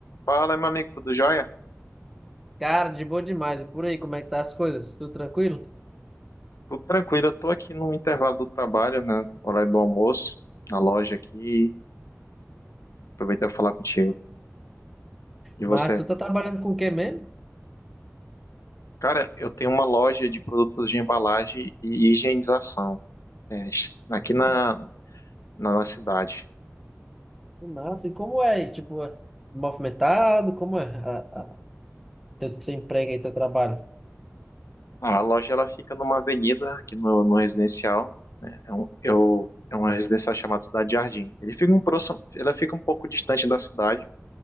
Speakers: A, on the left; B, in the centre.
A: Fala, meu amigo, tudo jóia?
B: Cara, de boa demais. E por aí, como é que tá as coisas? Tudo tranquilo?
A: Tudo tranquilo, eu tô aqui no intervalo do trabalho, né? Horário do almoço, na loja aqui. Aproveitei pra falar contigo. E você?
B: Mas tu tá trabalhando com o que mesmo?
A: Cara, eu tenho uma loja de produtos de embalagem e higienização, é, aqui
B: Hum,
A: na, na, na cidade.
B: que Massa. E como é? aí? Tipo, é movimentado? Como é a, a- teu, teu emprego aí, teu trabalho?
A: A loja, ela fica numa avenida aqui no, no residencial, né? É um, eu, é uma residencial chamada Cidade Jardim. Ele fica um próximo, ela fica um pouco distante da cidade,